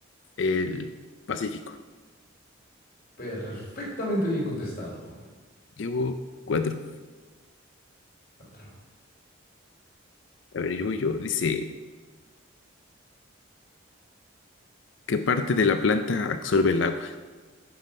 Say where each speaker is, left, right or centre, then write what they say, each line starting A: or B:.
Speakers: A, on the left; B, on the left.
A: el Pacífico.
B: Perfectamente bien contestado.
A: Llevo cuatro.
B: Cuatro.
A: A ver, yo, yo. Dice, ¿qué parte de la planta absorbe el agua?